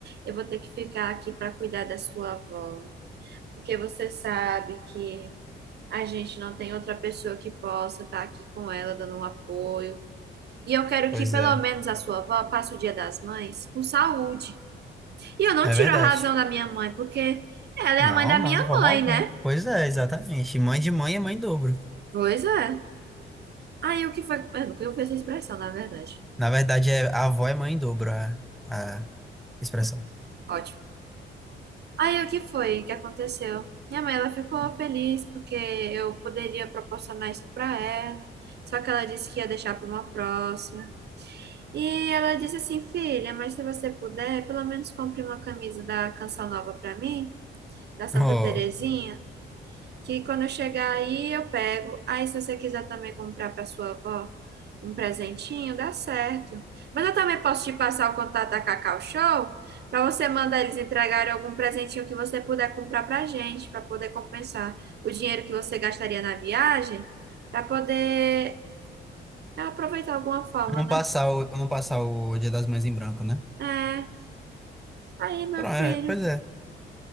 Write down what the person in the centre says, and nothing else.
Pois
é,
é
verdade.
Não,
não, de forma
alguma.
Pois é, exatamente. Mãe de mãe é mãe em dobro.
Na verdade, é, a avó é mãe em dobro, a, a expressão. <laughs>
Oh,
não
passar o, não passar o Dia das Mães em branco, né?
Pro-
é, Pois é.